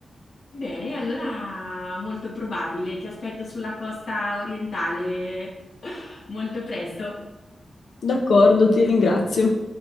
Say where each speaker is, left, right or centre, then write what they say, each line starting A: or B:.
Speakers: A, on the left; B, on the left.
A: Bene, allora molto probabile, ti aspetto sulla costa orientale <laughs> molto presto.
B: D'accordo, ti ringrazio.